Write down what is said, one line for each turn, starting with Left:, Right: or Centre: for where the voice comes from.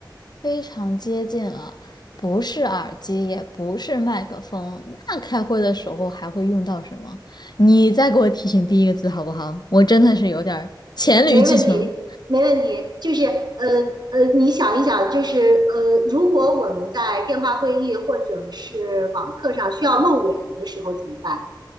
Left: 非常接近了，不是耳机，也不是麦克风，那开会的时候还会用到什么？你再给我提醒第一个字好不好？我真的是有点儿黔驴技穷。
Right: 没问题，没问题。就是呃呃，你想一想，就是呃，如果我们在电话会议或者是网课上需要露脸的时候怎么办？